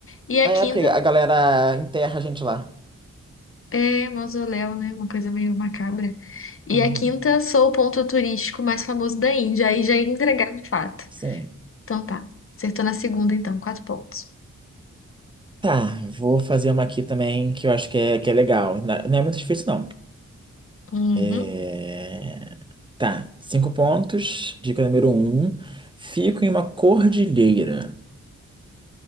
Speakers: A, on the left; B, on the right.
A: E a
B: É,
A: quinta
B: porque a galera enterra a gente lá.
A: é mausoléu, né? Uma coisa meio macabra. E
B: Uhum,
A: a quinta sou o ponto turístico mais famoso da Índia, aí já ia entregar de fato.
B: Sim.
A: Então tá, acertou na segunda então, quatro pontos.
B: Tá, vou fazer uma aqui também que eu acho que é, que é legal. Na- Não é muito difícil, não.
A: Uhum.
B: É, Tá, cinco pontos. Dica número um. Fico em uma cordilheira.